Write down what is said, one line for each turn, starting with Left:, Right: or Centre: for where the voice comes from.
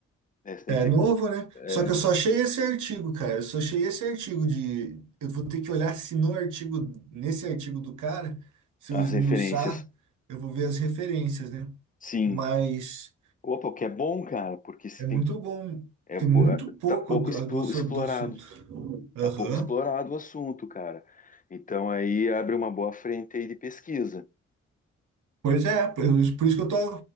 Left: É, você tem
Right: É
Left: que,
Right: novo, né?
Left: é,
Right: Só que eu só achei esse artigo, cara. Eu só achei esse artigo de. Eu vou ter que olhar se no artigo, nesse artigo do cara, se
Left: as
Right: eu esmiuçar,
Left: referências.
Right: eu vou ver as referências, né?
Left: Sim.
Right: Mas
Left: Opa, o que é bom, cara, porque se
Right: é
Left: tem,
Right: muito bom.
Left: é,
Right: Tem
Left: pô,
Right: muito
Left: é,
Right: pouco
Left: tá pouco
Right: do,
Left: expo-
Right: do- sobre
Left: explorado,
Right: do assunto. Aham.
Left: tá pouco explorado o assunto, cara. Então aí abre uma boa frente aí de pesquisa.
Right: Pois é, por por isso que eu tô